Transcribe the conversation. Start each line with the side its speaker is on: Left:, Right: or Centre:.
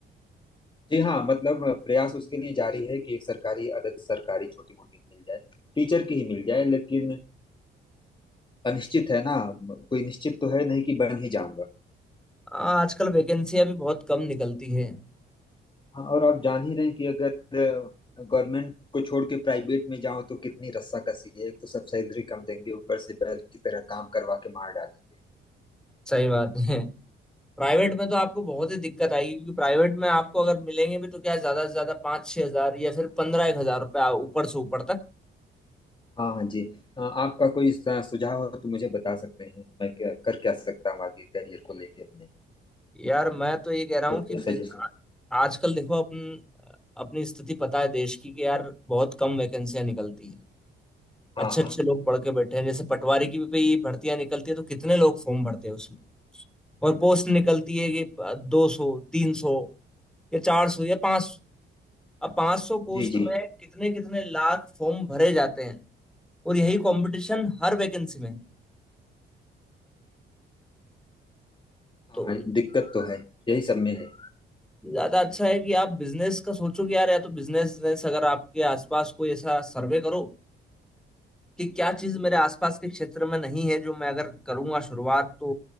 Left: जी हाँ मतलब प्रयास उसके लिए जारी है कि एक सरकारी अदद सरकारी छोटी मोटी मिल जाए टीचर की ही मिल जाए लेकिन अनिश्चित है ना कोई निश्चित तो है नहीं कि बन ही जाऊंगा
Centre: हाँ, आजकल वैकेंसियां भी बहुत कम निकलती है
Left: हाँ और आप जान ही रहे हैं कि अगर गवर्नमेंट को छोड़ के प्राइवेट में जाओ तो कितनी रस्साकसी है एक तो सब सैलरी कम देंगे ऊपर से बैल की तरह काम करवा के मार डालेंगे
Centre: सही बात है प्राइवेट में तो आपको बहुत ही दिक्कत आएगी क्योंकि प्राइवेट में आपको अगर मिलेंगे भी तो क्या ज्यादा से ज्यादा पाँच छह हजार या फिर पंद्रह एक हजार रुपये ऊपर से ऊपर तक
Left: हाँ हाँ जी अ, आपका कोई सा- सुझाव हो तो मुझे बता सकते हैं मैं क्या कर क्या सकता हूँ आगे करियर को लेके अपने
Centre: यार मैं तो ये कह रहा
Left: तो
Centre: हूँ कि
Left: कोई
Centre: बिज-
Left: सजेशन
Centre: आ- आजकल देखो अपन अपनी स्थिति पता है देश की कि यार बहुत कम वैकेंसियां निकलती हैं
Left: हाँ
Centre: अच्छे
Left: हाँ
Centre: अच्छे लोग पढ़ के बैठे हैं जैसे पटवारी की भी भर्तियां निकलती है तो कितने लोग फॉर्म भरते हैं उसमें और पोस्ट निकलती है कि दो सौ तीन सौ या चार सौ या 500 अब 500 पोस्ट
Left: जी जी
Centre: में कितने कितने लाख फॉर्म भरे जाते हैं और यही कंपटीशन हर वैकेंसी में है।
Left: हाँ
Centre: तो
Left: दिक्कत तो है यही सब में है
Centre: ज्यादा अच्छा है कि आप बिजनेस का सोचो कि यार या तो बिजनेस बिजनेस अगर आपके आसपास कोई ऐसा सर्वे करो कि क्या चीज मेरे आसपास के क्षेत्र में नहीं है जो मैं अगर करूंगा शुरुआत तो